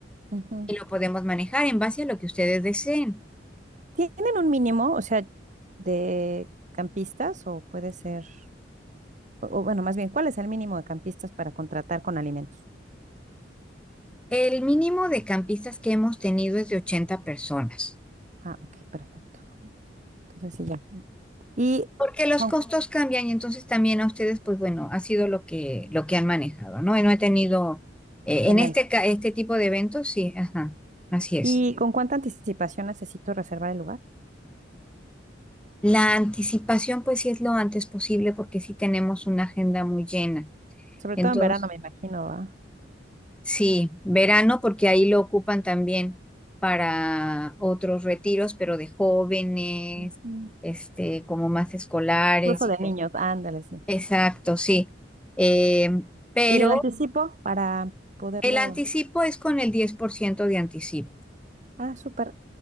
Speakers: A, on the right; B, in the centre.
A: ujú.
B: y lo podemos manejar en base a lo que ustedes deseen.
A: ¿Tienen un mínimo, o sea, de campistas o puede ser, o o bueno, más bien, ¿cuál es el mínimo de campistas para contratar con alimentos?
B: El mínimo de campistas que hemos tenido es de 80 personas.
A: Ah, ok, perfecto. Entonces sí, ya. Y,
B: Porque los
A: oh,
B: costos cambian y entonces también a ustedes, pues bueno, ha sido lo que, lo que han manejado, ¿no? Y no he tenido, eh,
A: de
B: en
A: menos.
B: este, ca- este tipo de eventos, sí, ajá, así es.
A: ¿Y con cuánta anticipación necesito reservar el lugar?
B: La anticipación, pues sí es lo antes posible porque sí tenemos una agenda muy llena.
A: Sobre
B: Entonces,
A: todo en verano, me imagino, ¿va?
B: sí, verano porque ahí lo ocupan también para otros retiros, pero de jóvenes,
A: Ujú.
B: este, como más escolares
A: Incluso
B: y
A: de
B: cosas.
A: niños, ándale, sí.
B: Exacto, sí. Em, pero
A: ¿Y el anticipo para poderlo?
B: El anticipo es con el 10% de anticipo.
A: Ah, súper.